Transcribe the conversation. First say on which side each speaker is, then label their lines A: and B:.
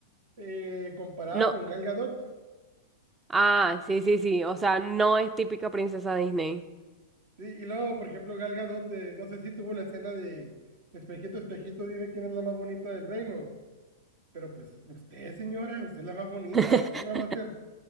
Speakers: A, on the right; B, on the right.
A: eh, comparada
B: No,
A: con Gal Gadot.
B: ah, sí, sí, sí, o sea, no es típica princesa Disney.
A: Sí, y luego, por ejemplo, Gal Gadot, eh, no sé si tuvo la escena de espejito, espejito, dime quién es la más bonita del reino. Pero pues usted, señora, usted es la más bonita,
B: <laughs>
A: así que la va a hacer.